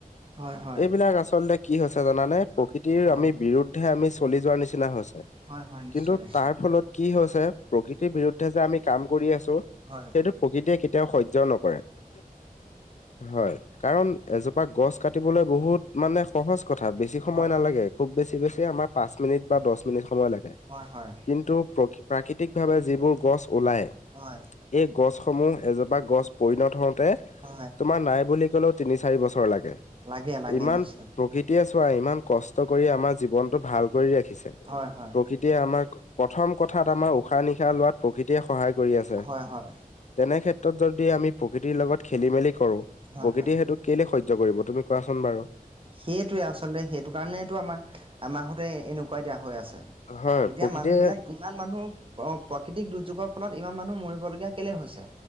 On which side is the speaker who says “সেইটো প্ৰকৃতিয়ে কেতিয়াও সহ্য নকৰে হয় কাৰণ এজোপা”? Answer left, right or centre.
Left